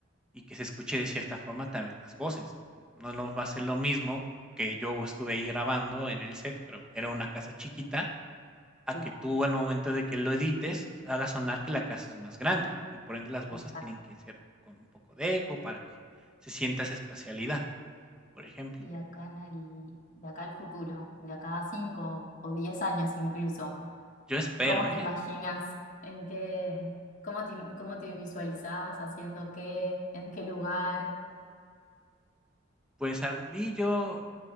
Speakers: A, in the centre; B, on the left.
A: y que se escuche de cierta forma también las voces. No nos va a ser lo mismo que yo estuve ahí grabando en el set, pero era una casa chiquita, a
B: Claro,
A: que tú al momento de que lo edites hagas sonar que la casa es más grande y por ende las voces
B: exacto.
A: tienen que ser con un poco de eco para que se sienta esa espacialidad, por ejemplo.
B: Y acá en el, de acá al futuro, de acá a 5 o 10 años incluso.
A: Yo espero,
B: ¿Cómo
A: ¿eh?
B: te imaginas? ¿En qué? ¿Cómo te, cómo te visualizabas haciendo qué? ¿En qué lugar?
A: Pues a mí yo